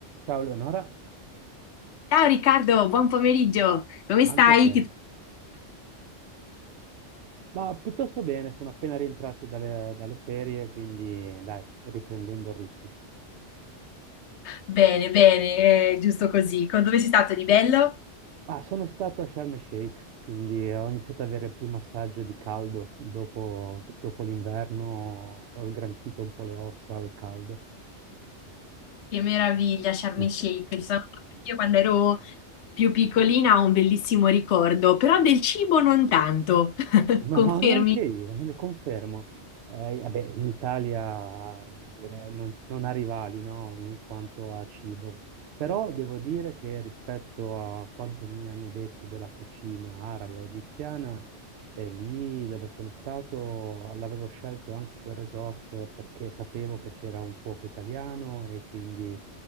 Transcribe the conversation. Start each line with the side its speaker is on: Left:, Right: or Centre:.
Right: Ciao Leonora,
Left: Ciao Riccardo, buon pomeriggio. Come
Right: anche
Left: stai?
Right: a te.
Left: Ti-
Right: Ma piuttosto bene, sono appena rientrato dalle, dalle ferie, quindi dai, riprendendo il ritmo.
Left: Bene, bene, eh, giusto così. Co- Dove sei stato di bello?
Right: Ah, sono stato a Sharm el Sheikh, quindi ho iniziato ad avere il primo assaggio di caldo dopo, dopo l'inverno, ho sgranchito un po' le ossa al caldo.
Left: Che meraviglia, Sharm
Right: <laughs>
Left: el Sheikh. Ci sono stata Io quando ero più piccolina ho un bellissimo ricordo, però del cibo non tanto. <laughs>
Right: Ma <laughs>
Left: Confermi?
Right: No, neanche io, ne confermo. Eh, vabbè, in Italia voglio dire, non, non ha rivali, no, in quanto a cibo, però devo dire che rispetto a quanto mi hanno detto della cucina arabo-egiziana, eh, lì dove sono stato l'avevo scelto anche quel resort perché sapevo che c'era un cuoco italiano e quindi,